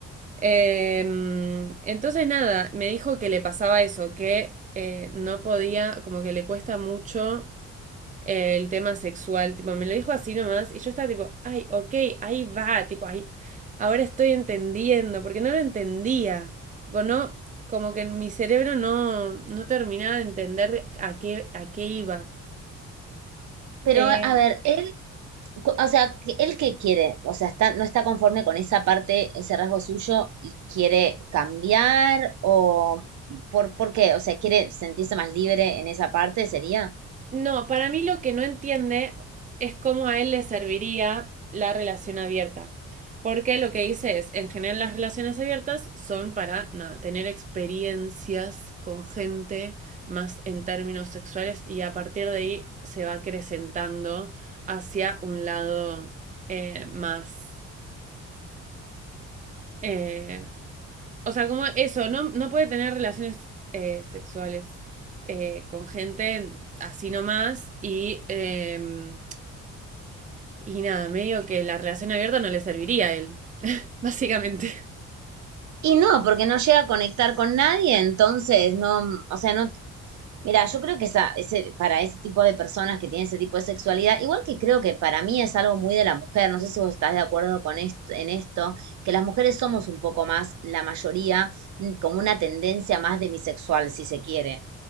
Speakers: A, on the right; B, on the right.
A: Em, entonces nada, me dijo que le pasaba eso, que eh, no podía, como que le cuesta mucho eh, el tema sexual, tipo, me lo dijo así nomás y yo estaba tipo, ay, ok, ahí va, tipo, ahí, ahora estoy entendiendo, porque no lo entendía, tipo, no, como que en mi cerebro no, no terminaba de entender a qué, a qué iba.
B: Pero,
A: Eh,
B: a ver, él co- O sea, que él que quiere, o sea, está, no está conforme con esa parte, ese rasgo suyo y quiere cambiar o por, ¿por qué? O sea, quiere sentirse más libre en esa parte, sería.
A: No, para mí lo que no entiende es cómo a él le serviría la relación abierta. Porque lo que dice es, en general las relaciones abiertas son para nada, tener experiencias con gente más en términos sexuales y a partir de ahí se va acrecentando hacia un lado eh, más... eh, o sea, como eso, no, no puede tener relaciones eh, sexuales eh, con gente así nomás y... em, Y nada, medio que la relación abierta no le serviría a él, <laughs> básicamente.
B: Y no, porque no llega a conectar con nadie, entonces no, o sea, no, Mira, yo creo que esa, ese, para ese tipo de personas que tienen ese tipo de sexualidad, igual que creo que para mí es algo muy de la mujer, no sé si vos estás de acuerdo con esto, en esto, que las mujeres somos un poco más, la mayoría, mm, como una tendencia más de bisexual, si se quiere.